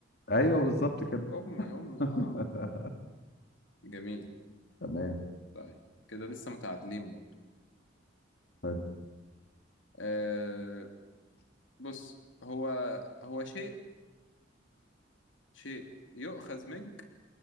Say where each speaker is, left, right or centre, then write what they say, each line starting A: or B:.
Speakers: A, on the left; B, on the left.
A: ايوه بالظبط كده
B: أمي أمي
A: <laughs>
B: آه جميل
A: تمام
B: طيب كده لسه متعادلين برضه
A: حلو
B: آه بص هو هو شيء شيء يؤخذ منك